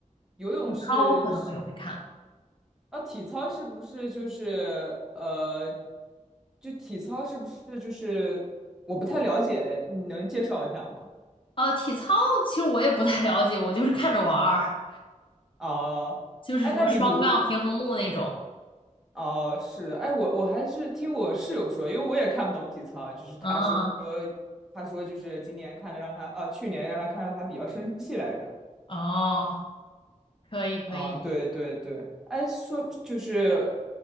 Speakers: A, in the centre; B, on the left (about 40°).
A: 游泳是是
B: 体操可能我也会看。
A: 啊，体操是不是就是呃，就体操是不是就是我不太了解，你能介绍一下吗？
B: 呃，体操其实我也不太了解，我就是看着玩儿，
A: 哦，
B: 就是什么双杠、
A: 哎，那你比如，
B: 平衡木那种。
A: 哦，是的，哎，我我还是听我室友说，因为我也看不懂体操，就是他说，
B: 嗯。
A: 他说就是今年看的让他，啊，去年让他看到他比较生气来着。
B: 哦，可以可以，
A: 嗯，对对对，哎，说就是